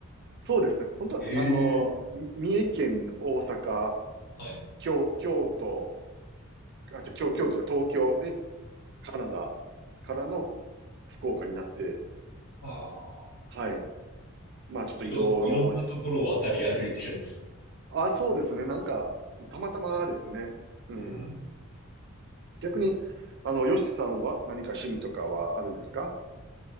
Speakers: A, on the right; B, on the left.
A: そうですね。本当は、
B: ええ
A: あのみ三重県、大阪、
B: はい。
A: 京、京都、あ、じゃ、京、京都じゃ東京でカナダからの福岡になって、
B: ああ、
A: はい。まあちょっと移動を、
B: いろん、いろんなところを渡り歩いてるんです。
A: あ、そうですね。なんか、たまたまですね。うん。
B: うん
A: 逆に、あの、ヨシさんは何か趣味とかはあるんですか